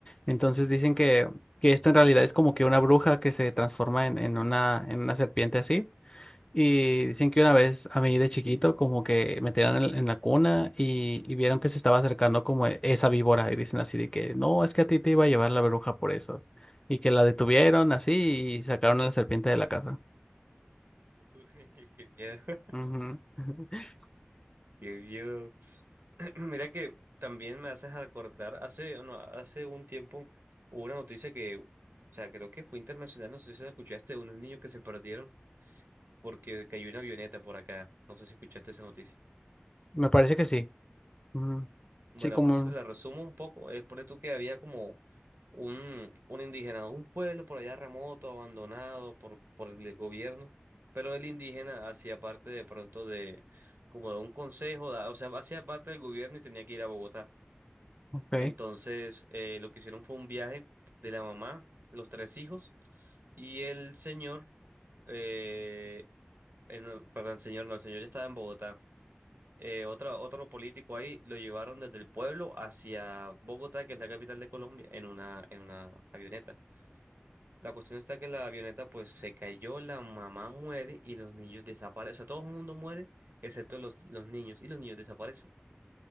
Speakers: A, on the left; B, on the right.
A: Entonces dicen que, que esto en realidad es como que una bruja que se transforma en, en una, en una serpiente así. Y dicen que una vez a mí de chiquito como que me tiraron en, en la cuna y, y vieron que se estaba acercando como e- esa víbora y dicen así de que no, es que a ti te iba a llevar la bruja por eso. Y que la detuvieron así y sacaron a la serpiente de la casa.
B: Uy, <laughs> qué miedo, <laughs>
A: Ujú. <laughs>
B: qué miedo. <clears throat> Mira que también me haces acordar hace, no, hace un tiempo hubo una noticia que, o sea, creo que fue internacional, no sé si la escuchaste, de unos niños que se perdieron porque cayó una avioneta por acá. No sé si escuchaste esa noticia.
A: Me parece que sí. Ujú.
B: Bueno,
A: Sí, como...
B: de pronto si te la resumo un poco, es por tú que había como un, un indígena, un pueblo por allá remoto, abandonado por, por el gobierno, pero el indígena hacía parte de pronto de como de un consejo, da- o sea, hacía parte del gobierno y tenía que ir a Bogotá.
A: Ok.
B: Entonces, eh, lo que hicieron fue un viaje de la mamá, los tres hijos y el señor, eh, eh, no, perdón, señor, no, el señor ya estaba en Bogotá eh, otra- otro político ahí lo llevaron desde el pueblo hacia Bogotá, que es la capital de Colombia, en una, en una avioneta. La cuestión está que la avioneta pues se cayó, la mamá muere y los niños desaparecen. O sea, todo el mundo muere excepto los, los niños y los niños desaparecen.